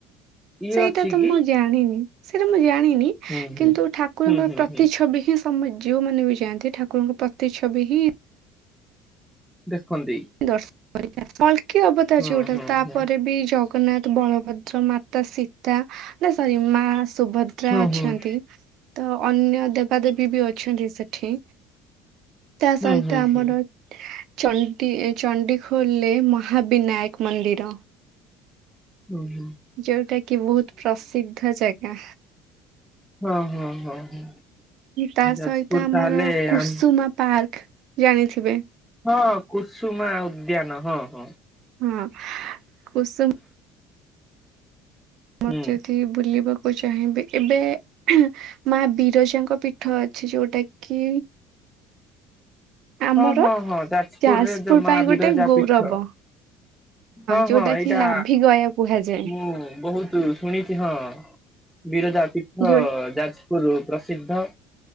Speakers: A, in the centre; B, on the right.
A: ଇଏ
B: ସେଇଟା
A: ଅଛି
B: ତ
A: କି?
B: ମୁଁ ଜାଣିନି ସେଇଟା ମୁଁ ଜାଣି ନି
A: ହୁଁ ହୁଁ
B: କିନ୍ତୁ ଠାକୁରଙ୍କର
A: ହୁଁ ହୁଁ
B: ପ୍ରତି
A: ହୁଁ
B: ଛବି ହିଁ ତମେ ଯଉ ମାନେ ବି ଯାଆନ୍ତି ଠାକୁରଙ୍କ ପ୍ରତି ଛବି ହିଁ।
A: ଦେଖନ୍ତି।
B: ଦର୍ଶନ କଳ୍କୀ ଅବତାର
A: ହୁଁ
B: ଯୋଉଟା
A: ହୁଁ
B: ତାପରେ
A: ହୁଁ
B: ବି ଜ ଗନ୍ନାଥ ବଳଭଦ୍ର ମାତା ସୀତା ନା ସରି ମା ସୁଭଦ୍ରା
A: ହୁଁ
B: ଅଛନ୍ତି
A: ହୁଁ ହଁ।
B: ତ ଅନ୍ୟ ଦେବାଦେବୀ ବି ଅଛନ୍ତି ସେ ଠି ତା
A: ହୁଁ
B: ସହିତ
A: ହୁଁ
B: ଆମର
A: ହୁଁ
B: ଚ ଟି ଏଇ ଚଣ୍ଡିଖୋଲରେ ମହାବିନାୟକ ମନ୍ଦିର।
A: ହୁଁ ହୁଁ
B: ଯୋଉଟା କି ବହୁତ ପ୍ରସିଦ୍ଧ ଜାଗା।
A: ହଁ ହଁ ହଁ ହଁ
B: ତା
A: ଯାଜପୁର
B: ସହିତ ଆମର
A: ତାହେଲେ
B: କୁସୁମା
A: ଆମ
B: ପାର୍କ। ଜାଣିଥିବେ।
A: ହଁ କୁସୁମା ଉଦ୍ୟାନ ହଁ ହଁ।
B: ହଁ କସୁମ <unintelligible>
A: ହୁଁ।
B: ବୁଲିବ କୁ ଚାହିଁବେ ଏବେ ହେଁ ମା ବିରଜାଙ୍କ ପୀଠ ଅଛି ଯୋଉଟା କି ଆମର
A: ହଁ ହଁ ହଁ ଯାଜପୁରରେ
B: ଯାଜପୁର
A: ଜ ମାଆ
B: ପାଇଁ
A: ବିରଜା
B: ଗୋଟେ ଗୌରବ
A: ପୀଠ। ହଁ
B: ଯୋଉଟା
A: ହଁ ଏଇଟା
B: କି ନାଭି ଗୟା କୁହାଯାଏ
A: ମୁଁ ବହୁତ ଶୁଣିଛି ହଁ। ବିରଜା ପୀଠ
B: ଯୋଉ
A: ଯାଜପୁରରୁ ପ୍ରସିଦ୍ଧ।